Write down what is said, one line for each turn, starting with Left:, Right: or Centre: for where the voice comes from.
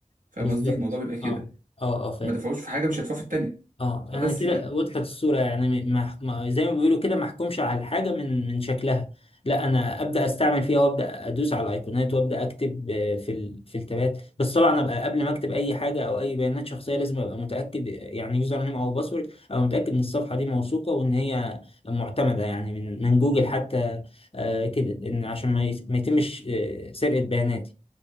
Right: فاهم
Left: بالظبط
Right: قصدي الموضوع بيبقى كده
Left: اه اه اه فاهم
Right: ما دفعوش في حاجه مش هيدفعوا في التانيه
Left: اه
Right: فبس
Left: انا كده
Right: يعني
Left: وضحت الصورة يعني م- ما ما- زي ما بيقولوا كده ما احكمش على الحاجة من من شكلها لا انا ابدا استعمل فيها وابدا ادوس على الايقونات وابدا اكتب آه، في ال... في التابات بس طبعا ابقى قبل ما اكتب اي حاجة او اي بيانات شخصية لازم ابقى متاكد يعني يوزر نيم او باسورد ابقى متاكد ان الصفحة دي موثوقة وان هي معتمدة يعني من من جوجل حتى آه كده ان عشان ما يت- ما يتمش آه، سرقة بياناتي